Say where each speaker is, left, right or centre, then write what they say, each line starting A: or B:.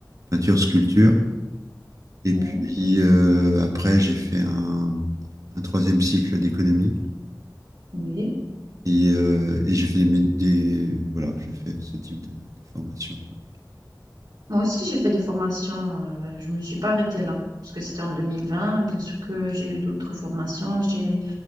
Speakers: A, on the right; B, on the right.
A: peinture, sculpture. Et
B: oui,
A: puis euh, après, j'ai fait un, un troisième cycle d'économie.
B: oui.
A: Et, euh, et j'ai fait des, mé- des- voilà, j'ai fait ce type de, de formation, quoi.
B: Moi aussi, j'ai fait des formations. euh, je me suis pas arrêtée là. Parce que c'était en 2020, bien sûr que j'ai eu d'autres formations. J'ai